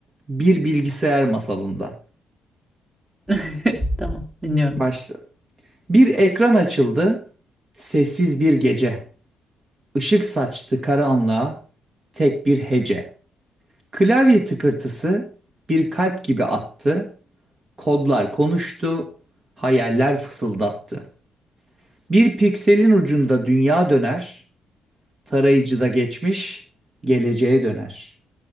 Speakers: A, on the right; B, on the right.
A: Bir Bilgisayar Masalında.
B: <laughs> Tamam, dinliyorum.
A: Başla. Bir ekran açıldı. Sessiz bir gece. Işık saçtı karanlığa tek bir hece. Klavye tıkırtısı bir kalp gibi attı. Kodlar konuştu, hayaller fısıldattı. Bir pikselin ucunda dünya döner, tarayıcıda geçmiş, geleceğe döner.